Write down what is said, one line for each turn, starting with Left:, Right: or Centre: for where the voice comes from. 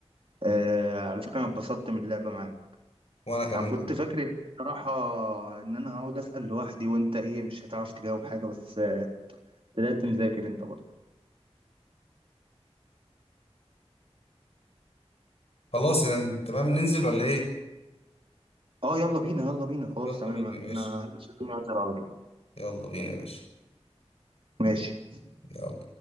Right: آه على فكرة انا اتبسطت من اللعبة معاك
Left: وانا كمان
Right: انا كنت
Left: جدا
Right: فاكر ان بصراحه ان انا هقعد اسال لوحدي وانت ايه مش هتعرف تجاوب حاجه بس آه، طلعت مذاكر انت برضه
Left: خلاص يعني تمام ننزل ولا ايه
Right: اه يلا بينا يلا بينا خلاص
Left: يلا
Right: تمام
Left: بينا يا باشا
Right: انا هلبس هدومي وانزل على طول
Left: يلا بينا يا باشا
Right: ماشي
Left: يلا